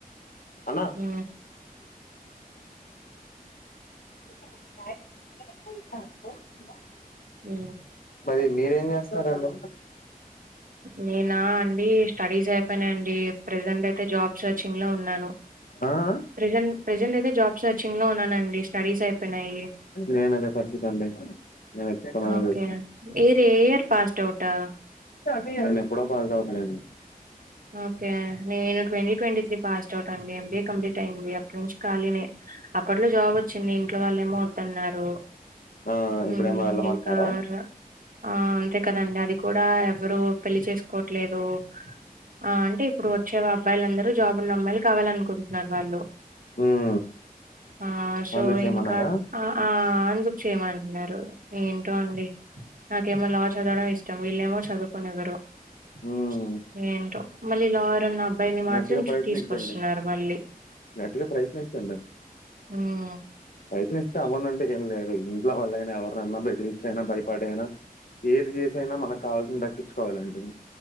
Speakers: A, on the left; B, on the right.
A: అన్న
B: ఉ
A: ఎయిర్టెల్ పాస్పోర్ట్ నాట్ అల్లోవెడ్ <unintelligible>
B: ఉ
A: మరి మీరేం చేస్తారండి
B: నేనా అండి స్టడీస్ అయిపోయినయండి ప్రజెంట్ అయితే జాబ్స్ సెర్చింగ్ లో ఉన్నాను
A: అ ఆ
B: ప్రజెంట్ ప్రెజెంట్ అయితే జాబ్ సెర్చింగ్లో ఉన్నానండి స్టడీస్ అయిపోయినాయి
A: నేను అదే పరిస్థితి అండి నేను ఎత్తుకునే
B: ఓకే
A: చేస్తాను
B: ఇయర్ ఎ ఇయర్ పాసుడ్ ఔటా
A: నేను ఎప్పుడో పాసుడ్ ఔట్ లెండి
B: ఓకే నేను twenty twenty three passed out అండి ఎంబీఏ కంప్లీట్ అయింది అప్పు నుంచి ఖాళీనే అప్పట్లో జాబ్ వచ్చింది ఇంట్లో వాళ్ళేమో వద్దన్నారు
A: ఆ
B: హ్మ్
A: ఇప్పుడేమో వెళ్ళమంటున్నారా
B: ఇంకా ర ఆ అంతే కదండి అది కూడా ఎవరు పెళ్లి చేసుకోవట్లేదు ఆ అంటే ఇప్పుడు వచ్చే అబ్బాయిలందరు జాబ్ ఉన్న అమ్మాయిలు కావాలనుకుంటున్నారు వాళ్ళు
A: మ్మ్
B: ఆ సో
A: అందుకు చేయమన్నారా
B: ఇంకా అ ఆ అందుకు చేయమంటున్నారు ఏంటో అండి నాకేమో లా చదవడం ఇష్టం వీళ్ళేమో చదువుకొనివ్వారు
A: మ్మ్
B: చ్ ఏంటో మళ్ళీ లాయర్ అన అబ్బాయిని మాత్రం
A: గట్టిగా ప్రయత్నించండి
B: తీసుకొస్తున్నారు మళ్ళీ
A: గట్టిగా ప్రయత్నించండి
B: ఉం
A: ప్రయత్నిస్తే అవ్వనంటే ఏం లేదు ఇంట్లో వాళ్ళైనా ఎవరినన్న బెదిరించి అయినా భయపడి అయినా ఏది చేసైనా మనకు కావాల్సిన దక్కిచు కోవలండి